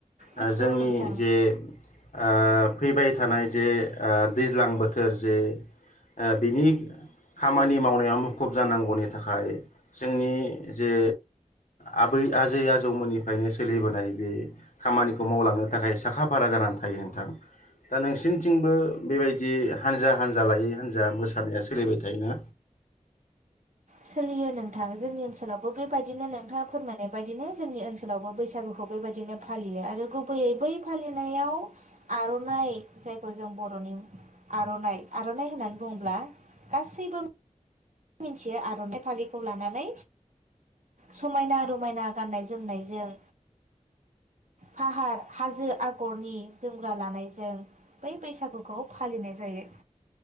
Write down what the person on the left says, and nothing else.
ओ जोंनि
जे आ फैबाय थानाय जे आ दैज्लां बोथोर जे आ बिनि खामानि मावनायाव मुखुब जानांगौनि थाखाय जोंनि जे आ बै आजै आजौमोननिफ्रायनो सोलिबोनाय बे खामानिखौ मावलांनो थाखाय साखा फारा जानानै थायो नोंथां। दा नोंसिनिथिंबो बेबायदि हानजा हान्जा लायै हान्जा मोसानाया सोलिबाय थायोना?